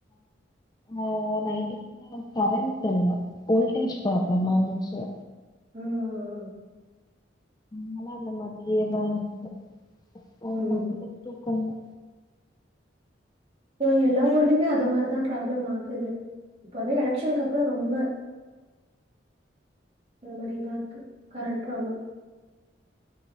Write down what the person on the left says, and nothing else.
ஆஹ் நைட் ஃபுல்லா கரண்ட் இல்ல வோல்டேஜ் ப்ராப்ளமா இருந்துச்சு
நாலா அந்த மாதிரியேதா இருப்பே அப்பா
செம தூக்கன்டா